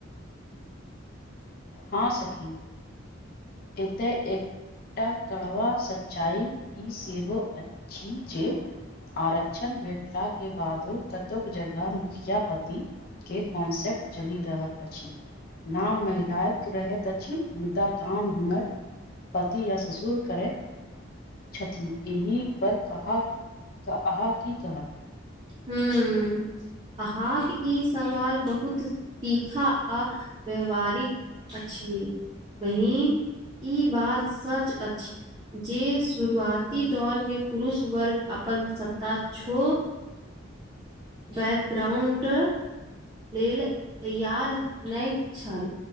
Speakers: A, on the left; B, on the right.
A: हँ सखी एते <unintelligible> एकटा कड़वा सच्चाइ ई सेहो अछि जे आरक्षण भेटला के बादो कतो जगह मुखिया पति के कॉन्सेप्ट चलि रहल अछि नाम महिलाक रहैत अछि मुदा काम हुनर पति या ससुर करैत छथि एहि पर अहाँ की कहब
B: <unintelligible> अहाँक ई सवाल बहुत तीखा आ व्याववहारिक अछि बहिन ई बात सच अछि जे शुरुआती दौर मे पुरुष वर्ग अपन सत्त छो बैकग्राउंड लेल तैयार नाए छल